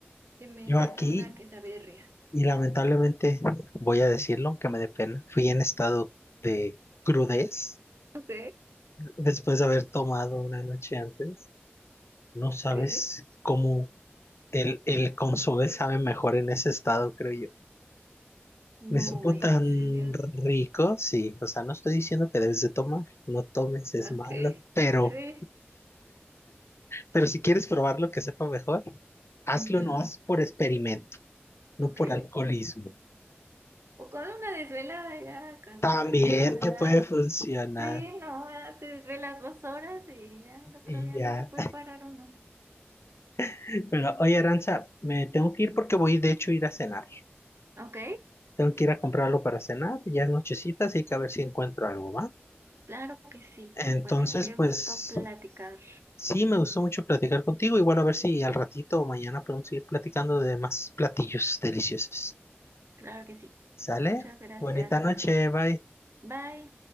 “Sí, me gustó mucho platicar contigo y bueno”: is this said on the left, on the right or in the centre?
Left